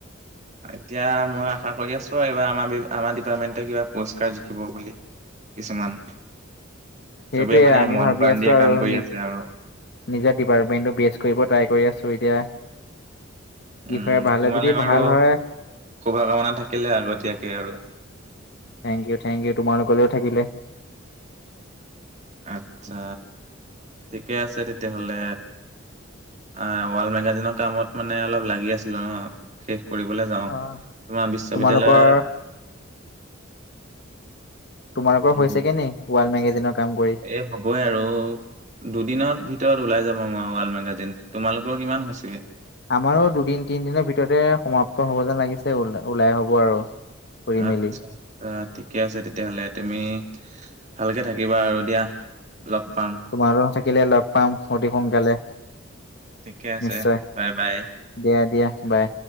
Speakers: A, on the right; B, on the left.
A: এতিয়া মই আশা কৰি আছোঁ আৰু এইবাৰ আমাৰ, বি আমাৰ ডিপাৰ্টমেণ্টে কিবা প'ষ্টকাৰ্ড জিকিব বুলি। কিছুমান।
B: সেইটোৱে
A: চবেই মানে
B: আমি
A: মন
B: ভাবি
A: প্ৰাণ
B: আছোঁ
A: দিয়ে
B: আৰু
A: কাম
B: <unintelligible>
A: কৰি আছে আৰু।
B: নিজৰ ডিপাৰ্টমেণ্টটো বেষ্ট কৰিব ট্ৰাই কৰি আছোঁ এতিয়া। কি
A: উম,
B: হয়, ভালে
A: তোমালে
B: যদি
A: বাৰু
B: ভাল হয়
A: শুভকামনা থাকিলে আগতীয়াকে আৰু।
B: Thank you, thank you. তোমালোকলৈও থাকিলে।
A: আত্ছা! ঠিকে আছে, তেতিয়াহ'লে। আহ, ৱাল মেগাজিনৰ কামত মানে অলপ লাগি আছিলো ন! শেষ কৰিবলৈ যাওঁ।
B: অ'।
A: তোমাৰ বিশ্ববিদ্যালয়
B: তোমালোকৰ তোমালোকৰ
A: উম
B: হৈছেগে নেকি ৱাল মেগাজিনৰ কাম কৰি?
A: এই হ'বই আৰু। দে দুদিনত ভিতৰত ওলাই যাব আমাৰ ৱাল মেগাজিন। তোমালোকৰ কিমান হৈছেগৈ?
B: আমাৰো দুদিন-তিনিদিনৰ ভিতৰতে সমাপ্ত হ'ব যেন লাগিছে। ও-ওলাই হ'ব আৰু। কৰি
A: আত্সা।
B: মেলি
A: অ', ঠিকে আছে তেতিয়াহ'লে। তুমি ভালকে থাকিবা আৰু দিয়া, লগ পাম।
B: তোমাৰো থাকিলে লগ পাম, অতি সোনকালে।
A: ঠিকে আছে।
B: নিশ্চয়
A: বাই বাই।
B: দিয়া, দিয়া, বাই।